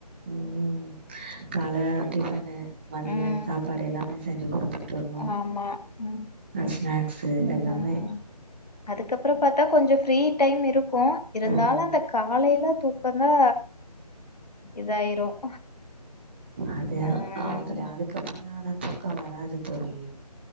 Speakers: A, on the right; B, on the left.
A: ம் கால டிஃபனு மதியம்
B: ம்
A: சாப்பாடு எல்லாமே செஞ்சு குடுத்து விட்டுர்ணு
B: ஆமா உம்
A: ஸ்நாக்ஸு எல்லாமே
B: ம் அதுக்கப்பொற பார்த்தா கொஞ்ச ப்ரீ டைம் இருக்கு இருந்தாலு
A: ம்
B: அந்த காலைல தூக்கந்தா இதாயிரும்
A: அது
B: ஹம்
A: ஆமா தோழி அதுக்கப்புறனா ஆனா தூக்க வராது தோழி